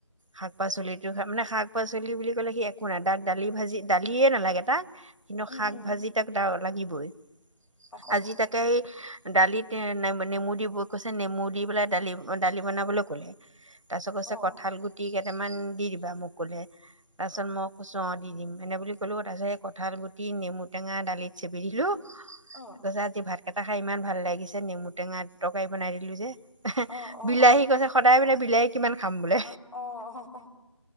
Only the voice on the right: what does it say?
শাক-পাচলি মানে, শাক-পাচলি বুলি ক'লে, সি একো নাই। তাক, দালি-ভাজি, দালিয়ে নালাগে, তাক। কিন্তু,
শাক-ভাজি,
তাক লাগিবই।
আজি, তাকে দালিত, এই নেমু দি কৈছে, নেমু দি পেলাই, দালি- দালি বনাবলৈ ক'লে। তাৰপিছত কৈছে,
কঁঠাল গুটি কেইটামান দি দিবা? মোক ক'লে। তাৰপিছত, মই কৈছো, অ'! দি দিম, এনে বুলি ক'লো। তাৰপিছত, এই কঠাল গুটি, নেমুটেঙা দালিত চেপি দিলোঁ।
কৈছে, আজি ভাত কেইটা খাই, ইমান ভাল লাগিছে! নেমু টেঙাত। তৰকাৰি বনাই দিলোঁ, যে।
বিলাহী কৈছে, সদায় মানে, বিলাহী কিমান খাম বোলে।